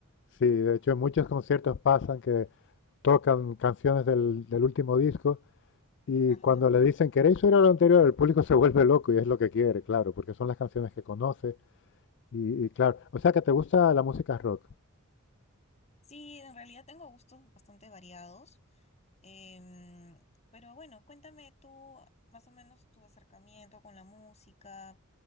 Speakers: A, on the left; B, on the left.
A: Sí, de hecho en muchos conciertos pasan que tocan canciones del, del último disco Y
B: Ajá.
A: cuando le dicen, ¿queréis oír a lo anterior? El público se vuelve loco y es lo que quiere, claro, porque son las canciones que conoce. Y, y claro, o sea que te gusta la música rock.
B: Sí, en realidad tengo gustos bastante variados, em, pero bueno, cuéntame tú más o menos tu acercamiento con la música,